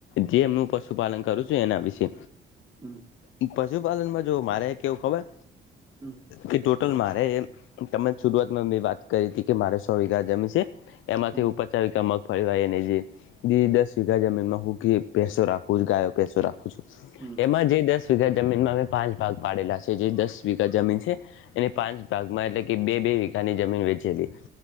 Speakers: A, on the left; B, on the right.
A: જે મુ પશુપાલન કરુ છું એના વિશે.
B: હમ
A: પશુપાલનમાં જો, મારે કેવું ખબર?
B: હમ
A: કે ટોટલ મારે તમને શરૂઆતમાં મે વાત કરી હતી કે મારે સો વીઘા જમી છે. એમાંથી
B: હમ
A: હું પચા વીઘા મગફળી વાઈ ને જે- દી દસ વઘા જમીનમાં હું કી ભેંસો રાખું છું, ગાયો ભેંસો રાખું છું.
B: હમ
A: એમાં જે દસ વીઘા જમીનમાં અમે પાંચ ભાગ પાડેલા છે. જે દસ વીઘા જમીન- એ પાંચ ભાગમાં એટલે કે બે બે વિઘા ની જમીન વેચેલી.